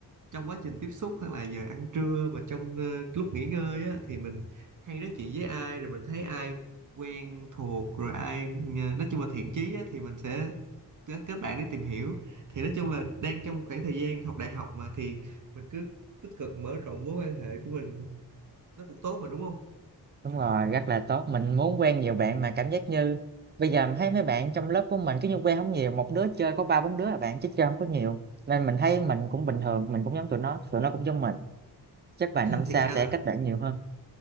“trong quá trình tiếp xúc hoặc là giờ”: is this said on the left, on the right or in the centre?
Right